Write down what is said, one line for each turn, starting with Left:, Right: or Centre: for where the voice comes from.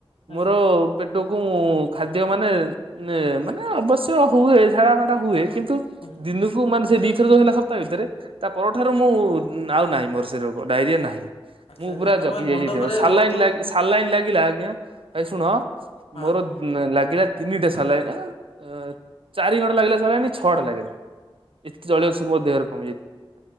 Left: ଆଜ୍ଞା
Right: ମୋର ପେଟକୁ ଖାଦ୍ୟ ମାନେ- ଏ-ମାନେ ଅବଶ୍ୟ ହୁଏ ଝାଡ଼ା ଫାଡା ହୁଏ କିନ୍ତୁ
Left: ହଁ
Right: ଦିନକୁ ମାନେ ସେ ଦି ଥର ଯଉ ହେଲା ସପ୍ତାହ ଭିତରେ ତା ପରଠାରୁ ମୁଁ ଆଉ ନାହିଁ ମୋର ସେ ରୋଗ ଡାଇରିଆ ନାହିଁ।
Left: ଆଚ୍ଛା
Right: ମୁଁ
Left: ଆଚ୍ଛା
Right: ପୁରା
Left: ତମ
Right: ଜଗି
Left: ଏ
Right: ଯାଇଚି
Left: ମଣ୍ଡପରେ
Right: ସାଲାଇନ୍
Left: ବହୁତୁ
Right: ସ- ସାଲାଇନ୍ ଲାଗିଲା ଆଜ୍ଞା ଏ ଶୁଣ
Left: ହଁ। ହଁ
Right: ମୋର ଲାଗିଲା ତିନିଟା ସାଲାଇନ୍ ନା ଚାରି ଘଣ୍ଟା ଲାଗିଲା ସାଲାଇନ୍ ଛଅଟା ଲାଗିଲା। ଏତେ ଜଳୀୟ ଅଂଶ ମୋ ଦେହରେ କମିଯାଇଥିଲା।